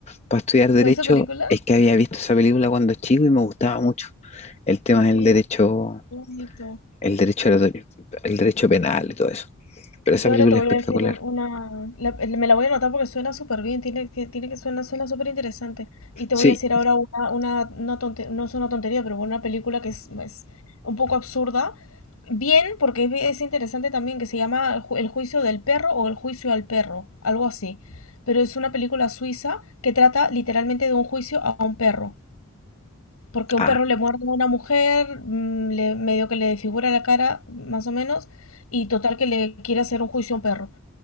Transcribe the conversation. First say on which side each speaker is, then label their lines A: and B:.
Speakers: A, on the left; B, on the left.
A: para estudiar derecho
B: ¿Fue esa película?
A: es que había visto esa película cuando chico y me gustaba mucho el
B: Qué
A: tema
B: interesante,
A: del derecho,
B: qué bonito.
A: el derecho oratorio, el derecho penal y todo eso. Pero
B: Yo
A: esa película
B: ahora te voy
A: es espectacular.
B: a decir un- una, la- me la voy a anotar porque suena súper bien, tiene que, tiene que suena, suena súper interesante. Y te
A: Sí,
B: voy a decir ahora una, una, una tonte- no es una tontería, pero una película que es, es un poco absurda. Bien, porque es, es interesante también, que se llama El ju- El juicio del perro o El juicio al perro, algo así. Pero es una película suiza que trata literalmente de un juicio a un perro. Porque un
A: ah,
B: perro le muerde a una mujer, mm, le, medio que le desfigura la cara, más o menos, y total que le quiere hacer un juicio a un perro.